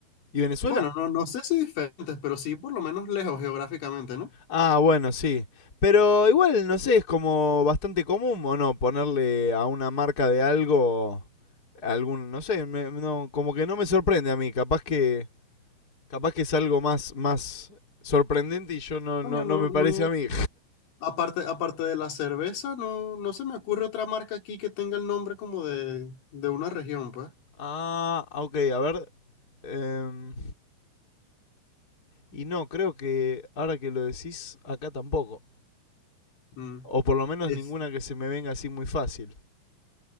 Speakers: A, on the left; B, on the left.
A: y Venezuela?
B: Bueno, no, no sé si diferentes, pero sí por lo menos lejos geográficamente, ¿no?
A: Ah, bueno, sí. Pero igual, no sé, es como bastante común o no ponerle a una marca de algo algún, no sé, me- no, como que no me sorprende a mí, capaz que... Capaz que es algo más, más sorprendente y yo no, no,
B: Coño,
A: no
B: no,
A: me parece
B: no.
A: a mí.
B: Aparte, aparte de la cerveza, no, no se me ocurre otra marca aquí que tenga el nombre como de, de una región, pues.
A: Ah, ok, a ver. em, y no, creo que ahora que lo decís, acá tampoco.
B: Mm.
A: O por lo menos
B: Es,
A: ninguna que se me venga así muy fácil.